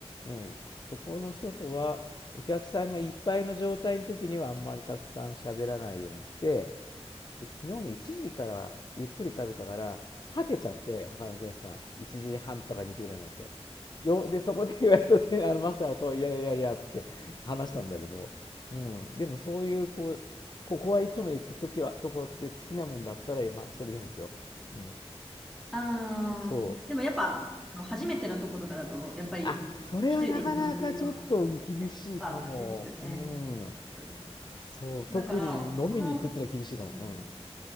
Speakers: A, on the left; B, in the centre.
A: うん、そこの人とはお客さんがいっぱいの状態の時にはあんまりたくさん喋らないようにしてで昨日も1時からゆっくり食べたからはけちゃって他のお客さん1時半とか2時ぐらいになるとよでそこでやっとてあのマスターと「いやいやいやいや」っつって話したんだけど、うん、でもそういうこうここはいつも行く時はとこって好きなもんだったら、まあ、一人でも行くよ、うん、
B: ああ、
A: そ
B: でもやっぱ、あの初めてのとことかだと、やっぱり一人で行くのっていうのは、
A: うあそれはなかなかちょっと厳しいかもうん
B: やっぱあれですよね。そうです。
A: そう特に飲みに行くってのは厳しいかも
B: そうだから、この、うん、